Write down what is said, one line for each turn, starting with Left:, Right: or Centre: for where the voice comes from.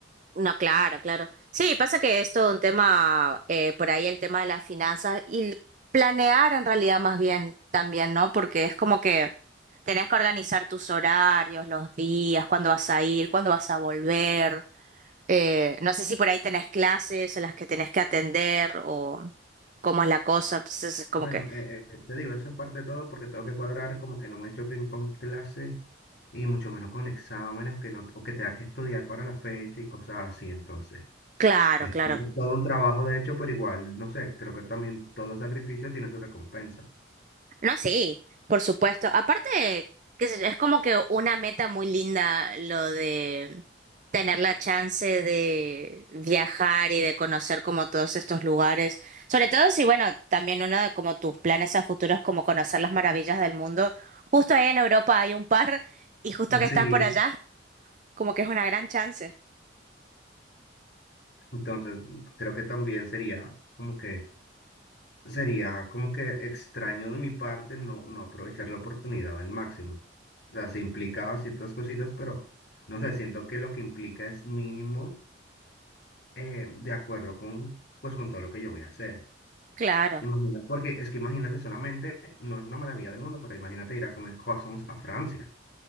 Right: No, claro, claro. Sí, pasa que es todo un tema, eh, por ahí el tema de las finanzas y l- planear en realidad más bien también, ¿no? Porque es como que tenés que organizar tus horarios, los días, cuándo vas a ir, cuándo vas a volver. Eh, no sé si por ahí tenés clases a las que tenés que atender o cómo es la cosa. Entonces es como
Left: Bueno,
Right: que,
Left: eh, eh, te digo, eso es parte de todo porque tengo que cuadrar como que no me choquen con clases y mucho menos con exámenes que no, o que tenga que estudiar para la fecha y cosas así. Entonces,
Right: claro,
Left: es
Right: claro.
Left: todo un trabajo de hecho, pero igual, no sé, creo que también todo sacrificio tiene su recompensa.
Right: No, sí, por supuesto. Aparte, qué sé yo, es como que una meta muy linda lo de tener la chance de viajar y de conocer como todos estos lugares. Sobre todo si, bueno, también uno de como tus planes a futuro es como conocer las maravillas del mundo. Justo ahí en Europa hay un par y justo que
Left: Sí,
Right: estás por allá, como que es una gran chance.
Left: entonces creo que también sería como que sería como que extraño de mi parte no, no aprovechar la oportunidad al máximo. O sea, se implicaba ciertas cositas, pero no sé, siento que lo que implica es mínimo eh, de acuerdo con, pues, con todo lo que yo voy a hacer.
Right: Claro.
Left: Imagina, porque es que imagínate solamente, no es una maravilla del mundo, pero imagínate ir a comer croissants a Francia.